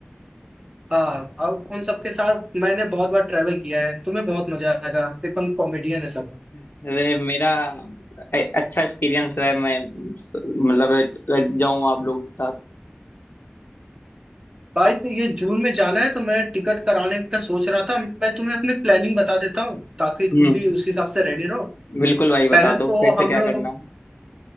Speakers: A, on the right; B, on the left.
A: हाँ और उन सबके साथ मैंने बहुत बार ट्रैवल किया है तुम्हें बहुत मजा आएगा एकदम कॉमेडियन है सब
B: अरे मेरा ए- अच्छा एक्सपीरियंस रहा है मैं स- मतलब जाऊँ आप लोगों के साथ
A: भाई तो ये जून में जाना है तो मैं टिकट कराने का सोच रहा था मैं तुम्हें अपनी प्लानिंग बता देता हूँ ताकि
B: हम्म
A: तुम भी उस हिसाब से रेडी रहो
B: बिल्कुल भाई बता
A: पहले
B: दो
A: तो
B: कैसे
A: हम
B: क्या
A: लोग
B: करना